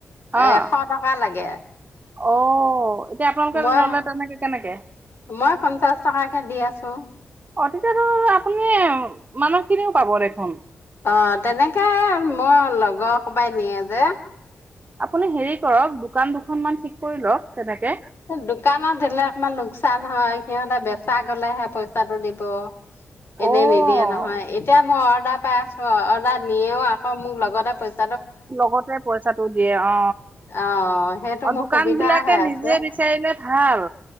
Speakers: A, on the right (about 35°); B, on the left (about 55°).
A: অ'
B: এশত টকা লাগে।
A: অ', এতিয়া আপোনালোকে
B: মই
A: ল'লে তেনেকে কেনেকে।
B: মই পঞ্চাশ টকাকে দি আছোঁ।
A: অধিকাৰৰ আপুনি, মানুহখিনিও পাব দেখোন।
B: অ', তেনেকে মোৰ লগৰ খোপাই নিয়ে যে।
A: আপুনি হেৰি কৰক দোকান দুখন মান ঠিক কৰি লওঁক তেনেকে।
B: দোকানত দিলে অকমান লোকচান হয়, সিহঁতে বেচা গ'লেহে পইচাটো দিব। এনে
A: অ'
B: নিদিয়ে নহয় এতিয়া মই অৰ্ডাৰ পাই আছ অ', অৰ্ডাৰ নিয়েও আকৌ মোক লগতে পইচ
A: লগতে পইচাটো দিয়ে অ,
B: অ', সেইটো
A: অ
B: মোৰ
A: দোকান
B: সুবিধা
A: বিলাকে
B: হৈ আছে।
A: নিজে বিচাৰিলে ভাল,